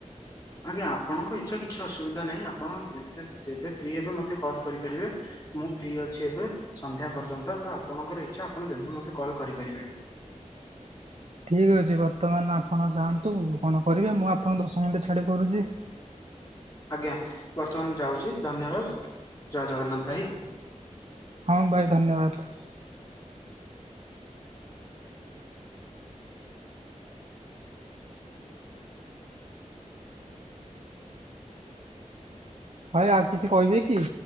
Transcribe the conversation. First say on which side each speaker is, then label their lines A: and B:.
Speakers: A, on the left; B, on the right.
A: ଆଜ୍ଞା ଆପଣଙ୍କ ଇଛା କିଛି ଅସୁବିଧା ନାହିଁ ଆପଣ ଯେତେ ଯେବେ ଫ୍ରି ହେବେ ମତେ କଲ କରିପାରିବେ। ମୁଁ ଫ୍ରି ଅଛି ଏବେ ସନ୍ଧ୍ୟା ପର୍ଯ୍ୟନ୍ତ ତ ଆପଣଙ୍କର ଇଚ୍ଛା ଆପଣ ଯେବେ ମୋତେ କଲ୍ କରିପାରିବେ।
B: ଠିକ୍ ଅଛି ବର୍ତ୍ତମାନ ଆପଣ ଯାଆନ୍ତୁ କଣ କରିବେ ମୁଁ ଆପଣ ଦଶ ମିନିଟ୍ ଛାଡ଼ି କରୁଛି।
A: ଆଜ୍ଞା ବର୍ତ୍ତମାନ ଯାଉଛି ଧନ୍ୟବାଦ ଜୟ ଜଗନ୍ନାଥ ଭାଇ।
B: ହଁ ଭାଇ ଧନ୍ୟବାଦ। ଭାଇ ଆଉ କିଛି କହିବେ କି?